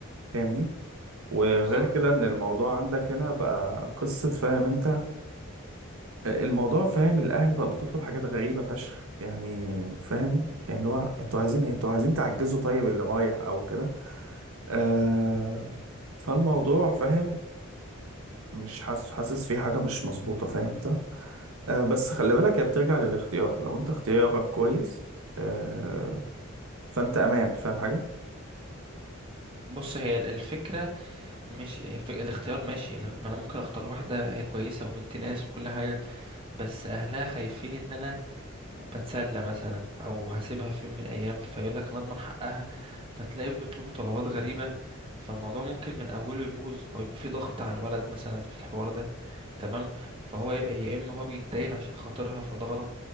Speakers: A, on the right; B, on the right.
A: فاهمني وغير
B: بالظبط
A: كده ان الموضوع عندك هنا بقى قصه فاهم انت آه، الموضوع فاهم الاهل بقى بتطلب حاجات غريبه فشخ يعني فاهم يعني اللي هو انتوا عايزين إيه؟ انتوا عايزين تعجزوا طيب اللي رايح او كده آه فالموضوع فاهم مش حاسس حاسس في حاجة مش مظبوطة فاهم انت آه بس خلي بالك هي بترجع للاختيار لو انت اختيارك كويس آه فانت امان فاهم حاجة
B: بص هي ال- الفكره مش الف- الاختيار ماشي الاخ- ما انا ممكن اختار واحده هي كويسه وبنت ناس وكل حاجه بس اهلها خايفين ان انا بتسلى مثلا او هسيبها في يوم من الايام فيقول لك انا اضمن حقها فتلاقيهم بيطلبوا طلبات غريبه فالموضوع ممكن من اوله يبوظ او يبقى فيه ضغط على الولد مثلا في الحوار ده تمام فهو يبقى يا اما هو بيتداين عشان خاطرها فده غلط